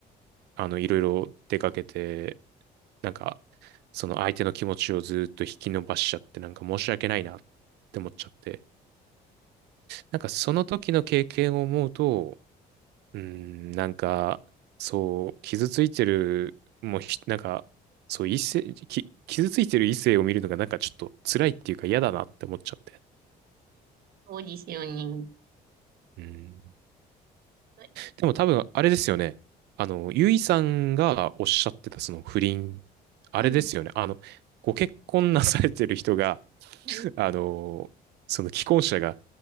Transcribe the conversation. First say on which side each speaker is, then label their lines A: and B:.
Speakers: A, on the right (about 80°); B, on the right (about 60°).
A: う、あの、いろいろ出かけて、なんか、その相手の気持ちをずっと引き伸ばしちゃって、なんか申し訳ないなって思っちゃって、なんかその時の経験を思うと、うーん、なんか、そう、傷ついてる、もうひ、なんか、そう、異性、き、傷ついてる異性を見るのがなんかちょっと辛いっていうか嫌だなって思っちゃって。
B: そうですよね。
A: うん
B: はい。
A: でも多分、あれですよね。あの、ゆいさんがおっしゃってたその不倫、あれですよね。
B: はい。
A: あの、ご結婚なされてる人が、
B: うん
A: <laughs> あの、その既婚者が、